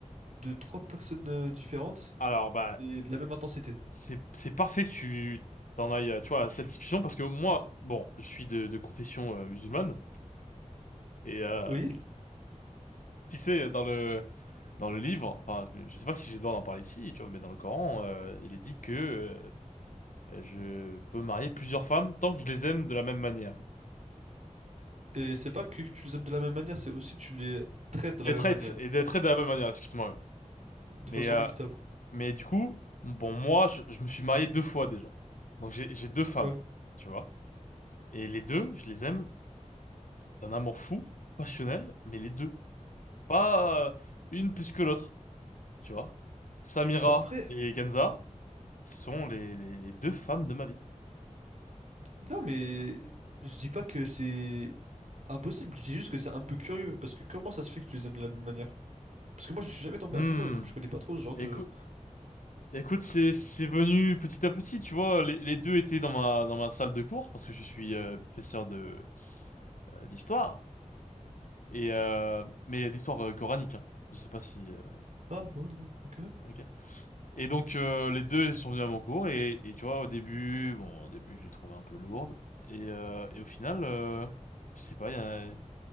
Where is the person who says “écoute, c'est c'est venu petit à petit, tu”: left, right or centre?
Left